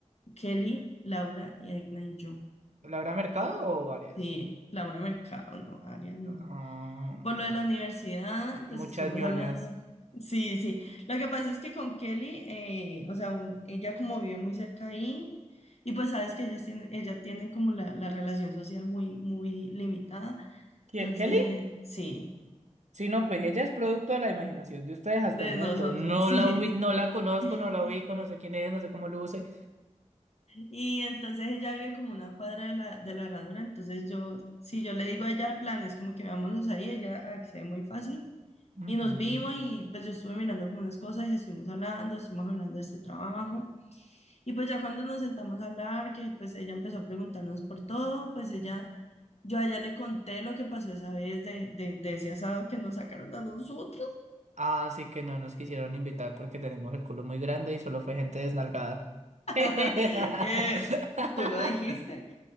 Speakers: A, on the left; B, on the right.
A: Kelly, Laura y Edna y yo.
B: ¿Laura Mercado o varias?
A: Sí, Laura Mercado, no, Arias, no.
B: Ah,
A: Por lo
B: nah,
A: de la universidad,
B: muchas
A: pues estuvimos
B: ñoñas.
A: hablando. Sí, sí. Lo que pasa es que con Kelly, eh, o sea, un- ella como vive muy cerca ahí, y pues sabes que ellas tienen, ella tienen como la, la relación social muy, muy limitada.
B: ¿Qué,
A: Entonces,
B: Kelly?
A: sí,
B: Sí, no, pues ella es producto de la imaginación de ustedes hasta
A: de
B: el momento.
A: nosotros,
B: No
A: sí.
B: la ubi- no la conozco,
A: <laughs>
B: no la ubico, no sé quién es, no sé cómo luce.
A: Y entonces ella vive como una cuadra de la, de la herradura, entonces yo, si yo le digo a ella el plan, es como que vámonos ahí, ella accede muy fácil.
B: Ujú.
A: Y nos vimos y pues yo estuve mirando como unas cosas y estuvimos hablando, estuvimos hablando de este trabajo. Y pues ya cuando nos sentamos a hablar, que pues ella empezó a preguntarnos por todo, pues ella, yo a ella le conté lo que pasó esa vez de, de, de ese asado que nos sacaron a nosotros.
B: Así que no nos quisieron invitar porque tenemos el culo muy grande y solo fue gente desnalgada.
A: <laughs>
B: <laughs>
A: Eh, tú lo dijiste,